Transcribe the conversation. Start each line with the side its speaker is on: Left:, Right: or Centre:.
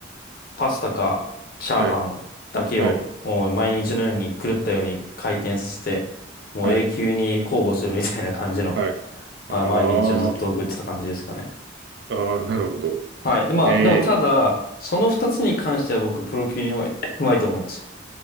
Left: パスタかチャーハンだけをもう毎日のように狂ったように回転させて、
Right: はい、はい、
Left: もう永久に交互するみたいな感じの、
Right: はい、はい。
Left: はい、
Right: ああ、
Left: 毎日をずっと送ってた感じですかね。
Right: ああ、なるほど。
Left: はい。で、まあ、
Right: ええ、
Left: でもただ、その二つに関しては僕、プロ級にうまい、うまいと思うんですよ。